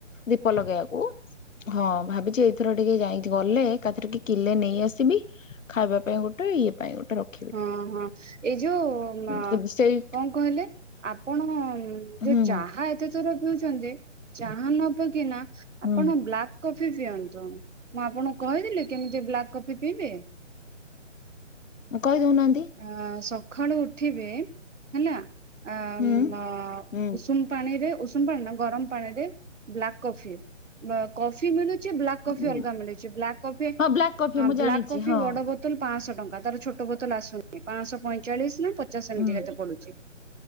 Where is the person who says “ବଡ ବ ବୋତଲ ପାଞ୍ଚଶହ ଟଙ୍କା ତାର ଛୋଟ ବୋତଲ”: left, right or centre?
Right